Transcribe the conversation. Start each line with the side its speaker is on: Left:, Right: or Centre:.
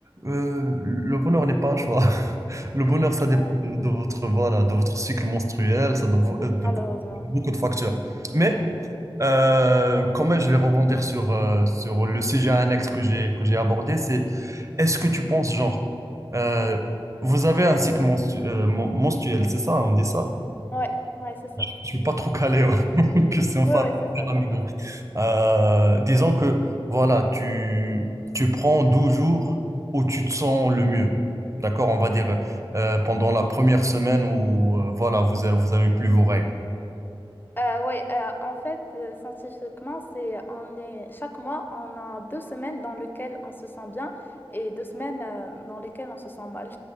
Right: euh, le bonheur n'est pas un choix. <laughs> Le bonheur, ça
Left: Ouais,
Right: dépend de, de votre, voilà, de votre cycle menstruel, ça dépend euh, de
Left: malheureusement.
Right: beaucoup de facteurs. Mais
Left: Ouais,
Right: euh, quand même, je vais rebondir sur, euh, sur le sujet annexe que j'ai que j'ai abordé. C'est est-ce que tu penses, genre, euh, vous avez un cycle menstu- euh, mon- mensuel, c'est ça, on dit ça?
Left: ouais, ouais, c'est ça.
Right: Je suis pas trop calé, ouais. <laughs> que c'est enfin.
Left: Ouais, ouais, c'est ça,
Right: mais
Left: c'est
Right: bon.
Left: ça.
Right: Euh, disons que voilà, tu, tu prends 12 jours où tu te sens le mieux. D'accord, on va dire euh, pendant la première semaine où euh, voilà, vous, a- vous avez plus vos règles.
Left: Euh, ouais, euh, en fait, euh, scientifiquement, c'est on est chaque mois, on a deux semaines dans lesquelles on se sent bien et deux semaines euh, dans lesquelles on se sent mal.